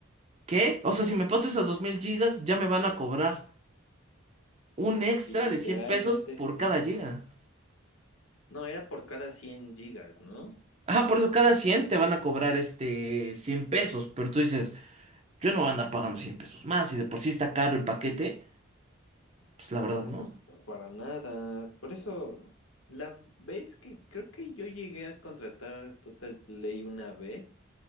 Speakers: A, on the right; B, on the left.
A: ¿qué? O sea, si me paso esas 2000 gigas, ya me van a cobrar un extra
B: Y literalmente
A: de 100 pesos por
B: sí.
A: cada giga.
B: No, era por cada 100 gigas, ¿no?
A: Ajá, por eso cada 100 te van a cobrar este 100 pesos, pero tú dices, yo no voy a andar pagando 100 pesos más y de por sí está caro el paquete, pues la verdad
B: No,
A: no.
B: pues para nada. Por eso, la vez que creo que yo llegué a contratar Total Play una vez,